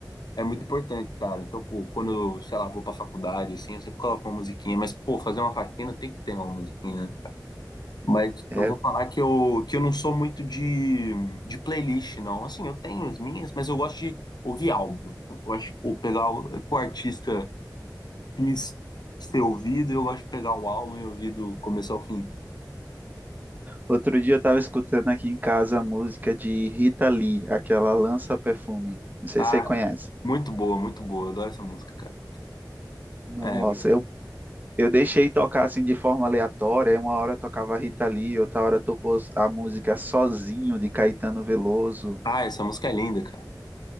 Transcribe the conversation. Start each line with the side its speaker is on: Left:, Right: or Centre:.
Left: é muito importante, cara. Então, pô, quando eu, sei lá, vou pra faculdade, assim, eu sempre coloco uma musiquinha, mas, pô, fazer uma faxina tem que ter uma musiquinha, né? Mas
Right: É,
Left: eu vou falar que eu, que eu não sou muito de, de playlist, não. Assim, eu tenho as minhas, mas eu gosto de ouvir álbum. Eu gosto de pô, pegar o que o artista quis ser ouvido, eu gosto de pegar o álbum e ouvir do começo ao fim.
Right: outro dia eu estava escutando aqui em casa a música de Rita Lee, aquela Lança Perfume. Não sei
Left: Ah,
Right: se você conhece.
Left: muito boa, muito boa. Eu Adoro essa música, cara.
Right: Nossa,
Left: É,
Right: eu, eu deixei tocar assim de forma aleatória. Aí Uma hora tocava Rita Lee, outra hora tocou a música Sozinho de Caetano Veloso.
Left: ah, essa música é linda, cara.